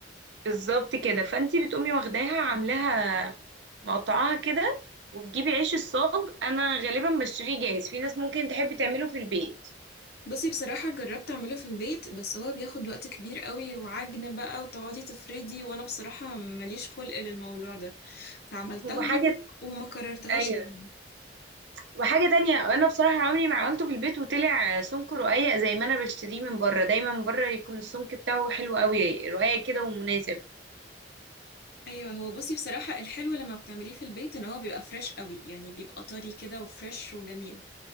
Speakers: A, on the right (about 65°); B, on the left (about 55°).
A: بالظبط كده فانتي بتقومي واخداها عاملاها مقطعاها كده وتجيبي عيش الصاج انا غالبا بشتريه جاهز في ناس ممكن تحب تعمله في البيت
B: بصي بصراحة جربت اعمله في البيت بس هو بياخد وقت كبير قوي وعجن بقى وتقعدي تفردي وانا بصراحة ماليش خلق للموضوع ده فعملتها
A: وحاجة
B: مرة وما كررتهاش
A: ايوه
B: تاني
A: وحاجة تانية انا بصراحة عمري ما عملته في البيت وطلع سمك رقيق زي ما انا بشتريه من بره دايما من بره يكون السمك بتاعه حلو قوي رقيق كده ومناسب
B: ايوه هو بصي بصراحه الحلو لما بتعمليه في البيت ان هو بيبقى فريش قوي يعني بيبقى طري كده وفريش وجميل